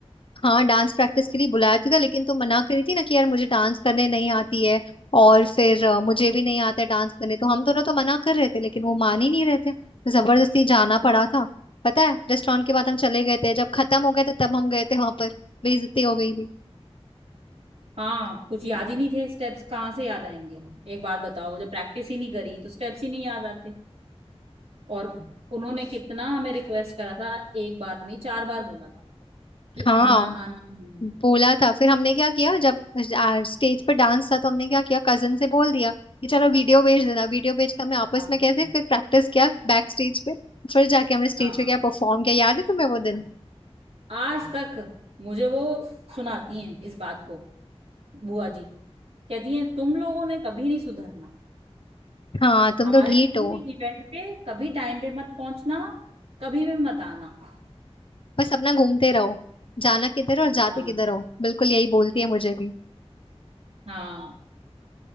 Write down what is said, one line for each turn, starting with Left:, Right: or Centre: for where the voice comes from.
Left: हाँ डांस प्रैक्टिस के लिए बुलाया तो था लेकिन तुम मना करी थी ना कि यार मुझे डांस करने नहीं आती है और फिर अ, मुझे भी नहीं आता है डांस करने तो हम दोनों तो मना कर रहे थे लेकिन वो मान ही नहीं रहे थे तो जबरदस्ती जाना पड़ा था पता है रेस्टोरेंट के बाद हम चले गए थे जब खत्म हो गए थे तब हम गए थे वहां पर बेइज्जती हो गई थी
Right: हाँ कुछ याद ही नहीं थे स्टेप्स कहाँ से याद आएंगे एक बात बताओ जब प्रैक्टिस ही नहीं करी तो स्टेप्स ही नहीं याद आते और उन्होंने कितना हमें रिक्वेस्ट करा था एक बार नहीं चार बार बोला था कि
Left: हाँ
Right: आना आना आना
Left: बोला था फिर हमने क्या किया जब स्टेज पे डांस था तो हमने क्या किया कजन से बोल दिया कि चलो वीडियो भेज देना वीडियो भेज के हमने आपस
Right: हाँ
Left: में कैसे फिर प्रैक्टिस किया बैक स्टेज पे फिर जाके हमने स्टेज
Right: हाँ
Left: पे क्या परफॉर्म किया याद है तुम्हें वो दिन
Right: हाँ। आज तक मुझे वो सुनाती हैं इस बात को बुआ जी कहती हैं तुम लोगों ने कभी नहीं सुधरना
Left: हाँ तुम
Right: हमारे
Left: तो ढीठ
Right: किसी
Left: हो
Right: भी इवेंट पे कभी टाइम पे मत पहुंचना कभी भी मत आना
Left: बस अपना घूमते रहो जाना किधर और जाते
Right: हाँ
Left: किधर हो बिल्कुल यही बोलती है मुझे भी
Right: हाँ